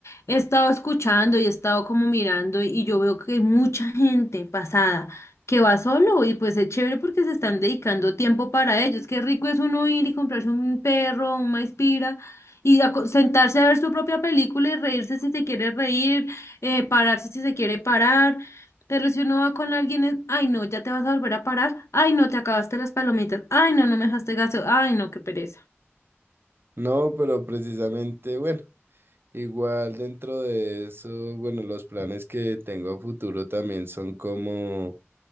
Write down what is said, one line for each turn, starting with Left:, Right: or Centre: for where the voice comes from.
Left: he estado escuchando y he estado como mirando y yo veo que hay mucha gente pasada que va solo y pues es chévere porque se están dedicando tiempo para ellos. Qué rico es uno ir y comprarse un perro, un maizpira y aco- sentarse a ver su propia película y reírse si se quiere reír, eh, pararse si se quiere parar. Pero si uno va con alguien es, ay no, ya te vas a volver a parar, ay no, te acabaste las palomitas, ay no, no me dejaste gaso, ay no, qué pereza.
Right: no, pero precisamente, bueno, igual dentro de eso, bueno, los planes que tengo a futuro también son como